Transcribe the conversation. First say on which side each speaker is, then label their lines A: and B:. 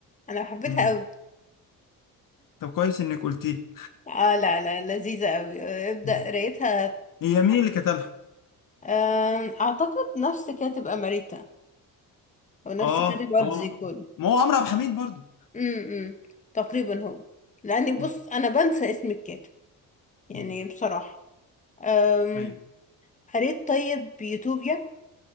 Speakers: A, on the left; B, on the left.
A: انا حبيتها
B: مم.
A: قوي
B: طب كويس انك قلت لي
A: اه لا لا لذيذة قوي آه، ابدأ
B: مم.
A: قرايتها
B: هي مين اللي كتبها
A: آم، اعتقد نفس كاتب اماريتا او نفس
B: اه
A: كاتب ارض
B: اه
A: زيكولا
B: ما هو عمرو عبد الحميد برضو
A: امم تقريبا هو لاني بص
B: مم.
A: انا بنسى اسم الكاتب يعني
B: مم.
A: بصراحه أم...
B: ايوه
A: قريت طيب يوتوبيا